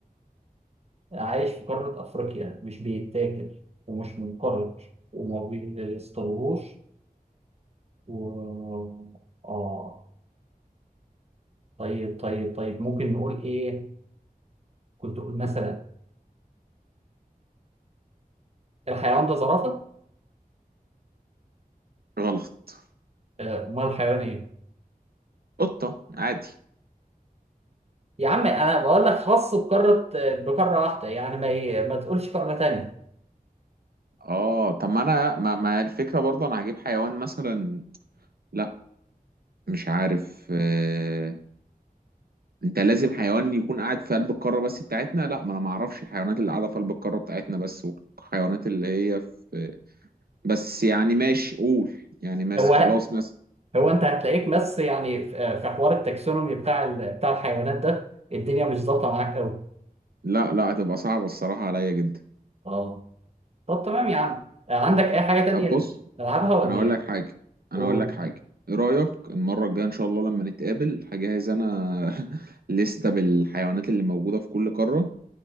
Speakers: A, on the right (about 45°); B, on the right (about 80°).
A: عايش في قارة أفريقيا مش بيتاكل ومش منقرض وما بيصطادوهوش و آه طيب طيب طيب ممكن نقول إيه؟ كنت أقول مثلا الحيوان ده زرافة؟
B: غلط
A: آه، أمال الحيوان إيه؟
B: قطة عادي
A: يا عم أنا بقول لك خاص بقارة بقارة واحدة يعني ما ي- ما تقولش قارة تانية
B: اه طب ما انا ما, ما الفكرة برضه انا هجيب حيوان مثلا لا مش عارف آه. انت لازم حيوان يكون قاعد في قلب القارة بس بتاعتنا لا ما انا ما اعرفش الحيوانات اللي قاعدة في قلب القارة بتاعتنا بس والحيوانات اللي هي في بس يعني ماشي قول يعني ماشي
A: هو
B: خلاص ماشي
A: هو أنت هتلاقيك بس يعني في في حوار التاكسونومي بتاع ال- بتاع الحيوانات ده الدنيا مش ظابطة معاك أوي
B: لا لا هتبقى صعبة الصراحة عليا جدا
A: آه طب تمام يا عم آه، عندك أي حاجة تانية
B: طب بص
A: نلعبها ولا
B: انا اقول
A: إيه؟
B: لك حاجة انا
A: قول
B: اقول لك حاجة ايه رأيك المرة الجاية ان شاء الله لما نتقابل هجهز انا <laughs> لستة بالحيوانات اللي موجودة في كل قارة